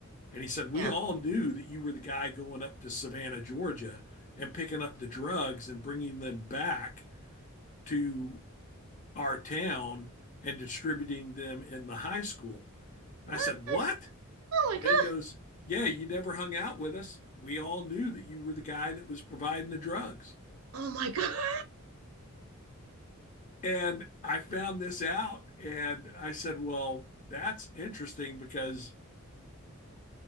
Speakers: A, on the left; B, on the right.
A: And he said, We
B: Yeah.
A: all knew that you were the guy going up to Savannah, Georgia and picking up the drugs and bringing them back to our town and distributing them in the high school.
B: What?
A: I said, What?
B: Oh my God.
A: And he goes, Yeah, you never hung out with us. We all knew that you were the guy that was providing the drugs.
B: Oh my God. <laughs>
A: And I found this out and I said, Well, that's interesting because